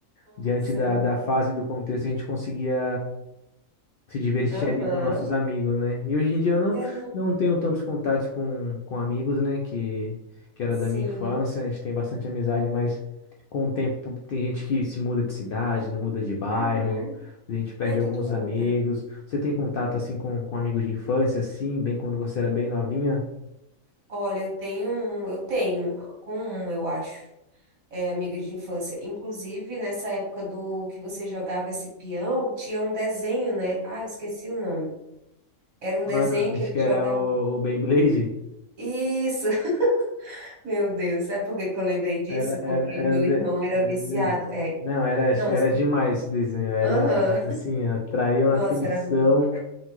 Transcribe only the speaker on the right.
nossa,
era... um-
Aham,
É, não,
sim,
uhum.
Ai, tudo
muda.
Olha, eu tenho, um- eu tenho, com um, eu acho, é amiga de infância. Inclusive, nessa época do que você jogava esse peão, tinha um desenho, né? Ah, eu esqueci o nome Era um
desenho que
ele
jogava.
Isso, <laughs> meu Deus, sabe por que que eu lembrei disso?
Porque
o meu
irmão
era
viciado,
é.
Não,
assim,
aham,
nossa,
era,